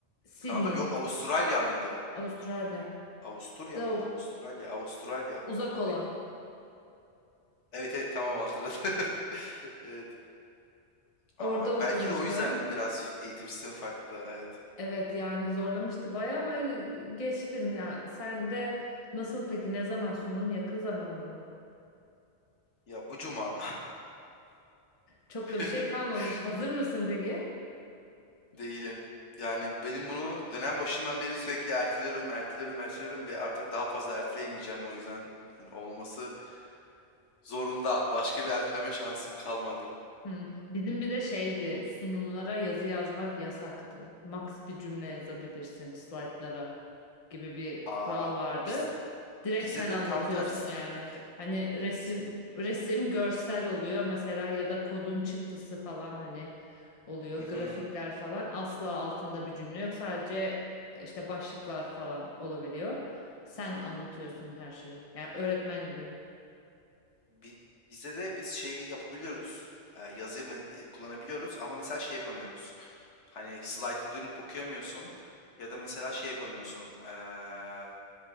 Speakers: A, on the left; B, on the left.
A: Sydney,
B: Kanada mı? yok Avustralya mıydı?
A: Avustralya.
B: Avusturya
A: Da
B: mıydı? Avustralya. Avustralya.
A: uzak olan.
B: Peki- Evet evet tamam hatırladım. <laughs> Evet. Aa,
A: Orada okumuştu.
B: belki de o yüzden biraz eğitim sistemi farklı. Evet.
A: Evet yani zorlamıştı bayağı ama geçtim ya. Sen de nasıl peki? Ne zaman sunum? Yakın zamanda mı?
B: Ya bu cuma
A: Çok
B: <laughs>
A: da bir şey kalmamış. Hazır mısın peki?
B: değilim. Yani benim bunu dönem başından beri sürekli erteliyorum, erteliyorum, erteliyorum ve artık daha fazla erteleyemeyeceğim. O yüzden yani olması zorunda. Başka bir erteleme şansım kalmadı.
A: Hı. Bizim bir de şeydi sunumlara yazı yazmak yasaktı. Max bir cümle yazabilirsin slaytlara gibi bir
B: Aa,
A: kural vardı.
B: biz
A: Direkt
B: Bizde
A: sen
B: de
A: anlatıyorsun
B: tam tersi.
A: yani.
B: Ya,
A: Hani resim
B: biz,
A: resim görsel oluyor mesela ya da kodun çıktısı falan hani oluyor
B: Mhm.
A: grafikler falan asla altında bir cümle yok sadece e, işte başlıklar falan olabiliyor. Sen anlatıyorsun her şeyi. Yani öğretmen gibi.
B: Bi- Bizde de biz şey yapabiliyoruz. e, Yazı me- kullanabiliyoruz ama mesela şey yapamıyoruz. Hani slaytı dönüp okuyamıyorsun ya da mesela şey yapamıyorsun. eee,